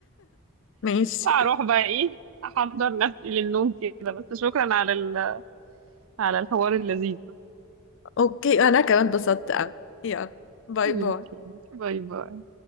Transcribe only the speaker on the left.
ماشي
اوكي انا كمان اتبسطت اوي يلا باي
باي